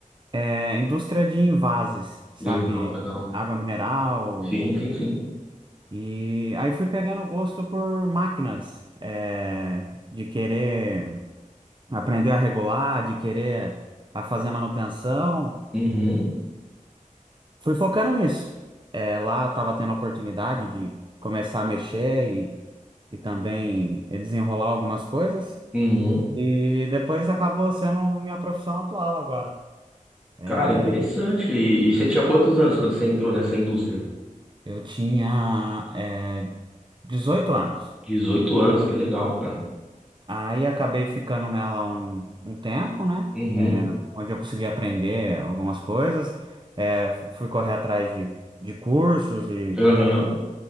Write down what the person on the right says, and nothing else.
é, indústria de envases, sabe?
Água mineral.
E aí fui pegando gosto por máquinas, é, de querer aprender a regular, de querer a fazer manutenção.
fui focando nisso. É, lá estava tendo a oportunidade de começar a mexer e, e também desenrolar algumas coisas.
E depois acabou sendo minha profissão atual agora.
É,
Eu tinha, é, 18 anos.
Aí acabei ficando nela um, um tempo, né?
É, onde eu consegui aprender algumas coisas. É, fu- fui correr atrás de, de cursos e